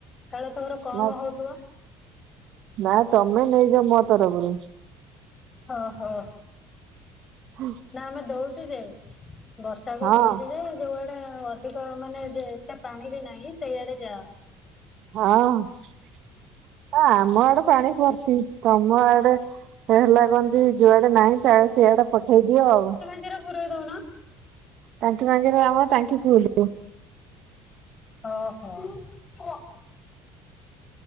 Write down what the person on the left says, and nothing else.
କାଳେ ତମର କମ୍
ହଉଥିବ।
ହ ହୋ।
ନା ଆମେ ଦଉଚୁ ଯେ ବର୍ଷା
କୁ କହିଚି ଯେ ଯୋଉଆଡେ ଅଧିକ ମାନେ ଏତେ ପାଣି ବି ନାଇଁ ସେଇଆଡେ ଯାଆ।
<unintelligible> ପୁରେଇ ଦଉନ।
ହ ହୋ।